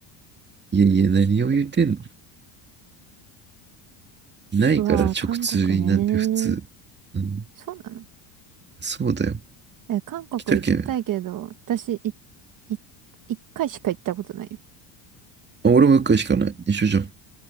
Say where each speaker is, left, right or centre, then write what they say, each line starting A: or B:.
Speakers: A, on the right; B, on the right.
A: いやいや、何を言ってんのないから直通便なんて普通。
B: うわー、韓国ね。
A: うん、
B: そうなの
A: そうだよ。
B: え、韓国行きたいけど、
A: 秋田県。
B: 私、い、い、一回しか行ったことないよ。
A: あ、俺も一回しかない。一緒じゃん。